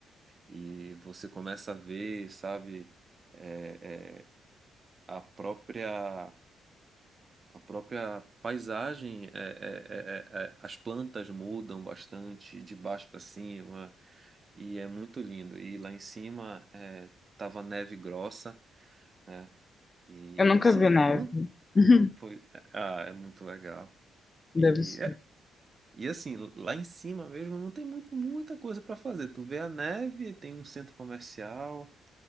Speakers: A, on the right; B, on the left.
A: E você começa a ver, sabe, é, é, a própria, a própria paisagem, é, é, é, é, é, as plantas mudam bastante de baixo para cima, e é muito lindo. E lá em cima é, tava neve grossa, né? E
B: Eu nunca
A: assim,
B: vi neve.
A: não
B: <laughs>
A: foi, é, ah, é muito legal.
B: Deve
A: E
B: ser.
A: E assim, lá em cima mesmo não tem muito, muita coisa para fazer. Tu vê a neve, tem um centro comercial